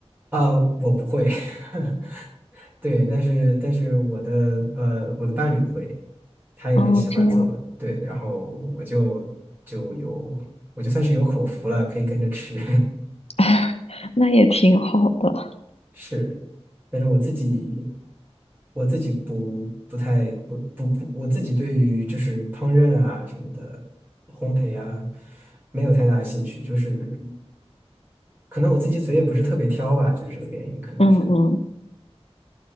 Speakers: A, on the right; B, on the left.
A: 啊，我不会，<laughs> 对，但是但是我的呃我的伴侣会，他也很喜欢做，
B: 哦，这样，
A: 对，然后我就就有我就算是有口福了，可以跟着吃，
B: <laughs> 那也挺好的。
A: <laughs> 是，但是我自己我自己不不太不不不，我自己对于就是烹饪啊什么的烘焙啊没有太大兴趣，就是可能我自己嘴也不是特别挑吧，就是这个原因，可能是，
B: 嗯嗯，